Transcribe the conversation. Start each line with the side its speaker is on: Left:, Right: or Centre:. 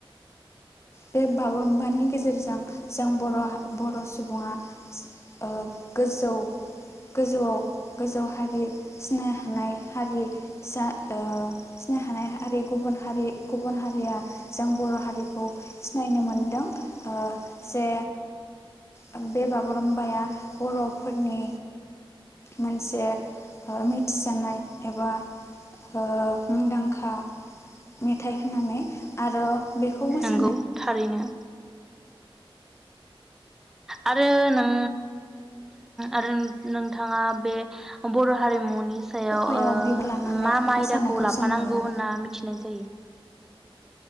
Left: बे बागुरुम्बानि गेजेरजों जों बर'हा बर' सुबुङा सि ओ गोजौ गोजौआव गोजौ हारि सिनाय हानाय हारि जा ओ सिनाय हानाय हारि गुबुन हारि गुबुन हारिया जों बर' हारिखौ सिनायनो मोनदों ओ जे ओ बे बागुरुम्बाया बर'फोरनि मोनसे ओ मिथिजानाय एबा हो मुंदांखा मेथाइ होननानै आरो बेखौ मोस
Centre: नंगौ थारैनो आरो नों आरो नों नोंथाङा बे बर' हारिमुनि सायाव
Left: खफायाव
Centre: ओ
Left: बिबार लानानै
Centre: मा मा
Left: मोसानायखौ
Centre: आयदाखौ लाफानांगौ
Left: जों नुयो
Centre: होनना मिथिनाय जायो